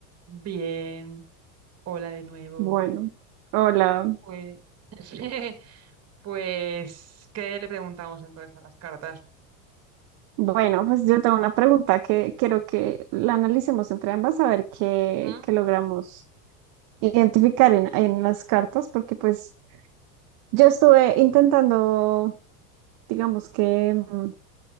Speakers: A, on the right (about 35°); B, on the right (about 50°).
A: Bien, hola de nuevo.
B: Bueno, hola.
A: Pues, <laughs> pues, ¿qué le preguntamos entonces a las cartas?
B: Bueno, pues yo tengo una pregunta que quiero que la analicemos entre ambas a ver qué,
A: ¿Mm?
B: qué logramos identificar en, en las cartas, porque pues yo estuve intentando, digamos que mm,